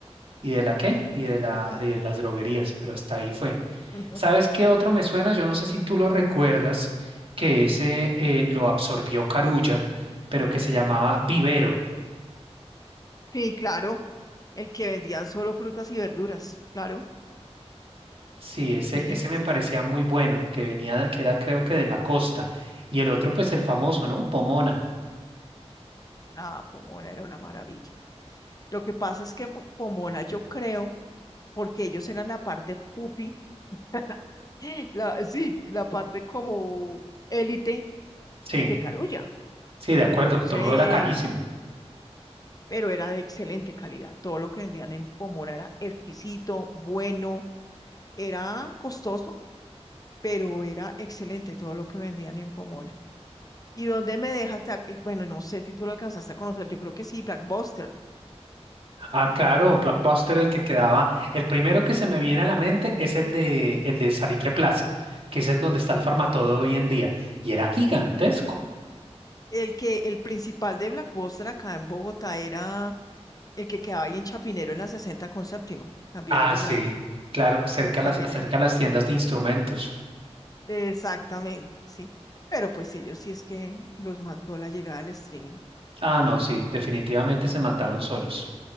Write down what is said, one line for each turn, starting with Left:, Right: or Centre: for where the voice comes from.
Right: ¿y de la qué? Y de la, y de las droguerías, pero hasta ahí fue.
Left: <laughs>
Right: ¿Sabes qué otro me suena? Yo no sé si tú lo recuerdas, que ese eh, lo absorbió Carulla, pero que se llamaba Vivero.
Left: Sí, claro, el que vendían solo frutas y verduras, claro.
Right: Sí, ese,
Left: Sí,
Right: ese me
Left: sí,
Right: parecía
Left: sí.
Right: muy bueno, que venía, que era creo que de la costa. Y el otro, pues el famoso, ¿no? Pomona.
Left: Ah, Pomona era una maravilla. Lo que pasa es que en Po- Pomona yo creo, porque ellos eran la parte pupi, <gasps> <laughs> la, sí, la parte como élite
Right: Sí,
Left: de Carulla.
Right: sí, de acuerdo,
Left: Entonces,
Right: todo era carísimo.
Left: pero era de excelente calidad. Todo lo que vendían en Pomona era exquisito, bueno, era costoso, pero era excelente todo lo que vendían en Pomona. ¿Y dónde me dejaste? a- eh, Bueno, no sé si tú lo alcanzaste a conocer, yo creo que sí, Blackbuster.
Right: Ah, claro, un Blockbuster el que quedaba, el primero que se me viene a la mente es el de, el de Salitre Plaza, que ese es donde está el Farmatodo hoy en día, y era gigantesco.
Left: El que, el principal de Blackbuster acá en Bogotá era el que quedaba ahí en Chapinero en la 60 con séptima. También
Right: Ah,
Left: era
Right: sí,
Left: grande,
Right: claro, cerca
Left: también
Right: a las, cerca
Left: era.
Right: a las tiendas de instrumentos.
Left: Exactamente, sí. Pero pues ellos sí es que los mató la llegada del streaming.
Right: Ah, no, sí,
Left: Y
Right: definitivamente se mataron solos.